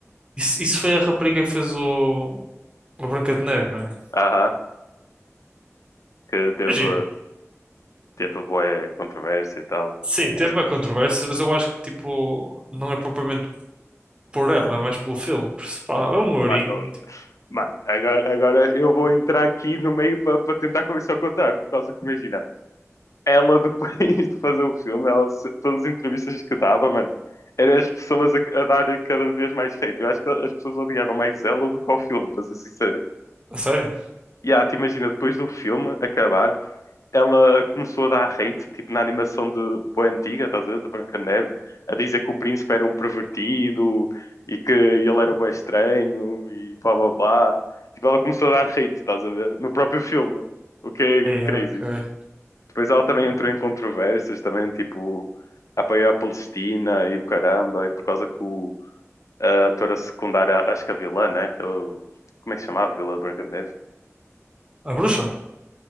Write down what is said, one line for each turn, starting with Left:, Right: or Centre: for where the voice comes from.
Right: Isso, isso foi a rapariga que fez o, o Branca de Neve, não é?
Left: Aham, que teve,
Right: Imagina.
Left: teve boa controvérsia e tal.
Right: Sim,
Left: Mano,
Right: teve
Left: é-
Right: a controvérsia, mas eu acho que, tipo, não é propriamente por ela, é mais pelo filme. Por isso, pá, é um ourinho.
Left: mano, não-
Right: Tipo,
Left: mano, agora, agora eu vou entrar aqui no meio para tentar começar a contar, por causa que imagina. ela depois de fazer o filme, ela, todas as entrevistas que dava, mano, eram as pessoas a, a darem cada vez mais hate. Eu acho que as pessoas odiaram mais ela do que ao filme, para ser sincero.
Right: A sério?
Left: E ah, te imagina, depois do filme acabar, ela começou a dar hate, tipo na animação de boa antiga, estás a ver, de Branca de Neve, a dizer que o príncipe era um pervertido e que ele era bem estranho e blá blá blá. Tipo, ela começou a dar hate, estás a ver, no próprio filme, o que é
Right: É,
Left: crazy.
Right: ok.
Left: Depois ela também entrou em controvérsias, também, tipo, apoiou a Palestina e o caramba, e por causa que o, a atora secundária, acho que é a vilã, né? O- como é que se chamava? Vila Branca de Neve?
Right: A bruxa?